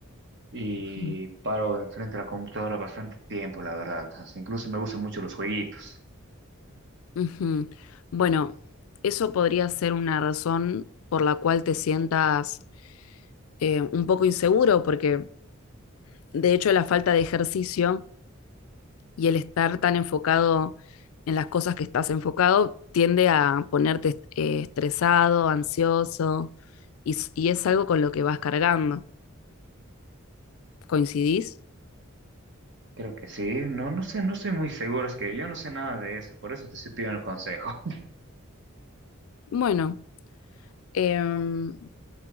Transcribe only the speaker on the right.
y
paro enfrente de la computadora bastante tiempo, la verdad. Hasta incluso me gustan mucho los jueguitos.
Creo que sí. No, no sé, no estoy muy seguro. Es que yo no sé nada de esto, por eso te estoy pidiendo el consejo.